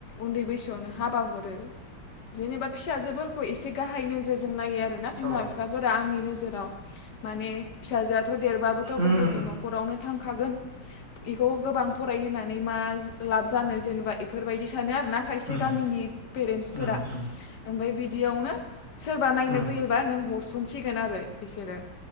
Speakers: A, on the left; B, on the right.
A: उन्दै बैसोआवनो हाबा हरो जेबा फि फिसाजोफोरखौ एसे गाहाय नोजोरजों नायो आरोना बिमा-
B: औ
A: बिफाफोरा आंनि नोजोराव माने फिसाजोआथ' देरबाबोथ'
B: उम
A: गुबुननि न'खरावनो थांखागोन बेखौ गोबां फरायहोनानै मा लाब जानो जेनेबा बेफोरबायदि सानो खारना खायसे
B: उम
A: गामिनि पेरेन्टसफोरा
B: उम उम
A: ओमफ्राय बिदियावनो सोरबा नायनो
B: उम
A: फैयोबा नों हरसनसिगोन आरो बिसोरो